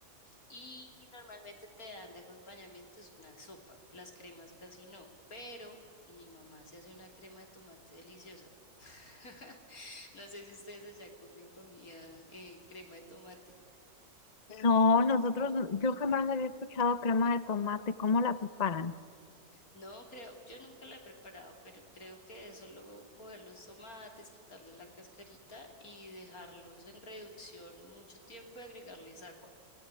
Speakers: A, on the left; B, on the left.
A: Y normalmente te dan de acompañamiento es una sopa, las cremas casi no, pero mi mamá se hace una crema de tomate deliciosa. <laughs> No sé si ustedes allá comen comida, eh, crema de tomate.
B: No, nosotros, yo jamás había escuchado crema de tomate, ¿cómo la preparan?
A: No, creo, yo nunca la he preparado, pero creo que eso luego coger los tomates, quitarles la cascarita y dejarlos en reducción mucho tiempo y agregarles agua.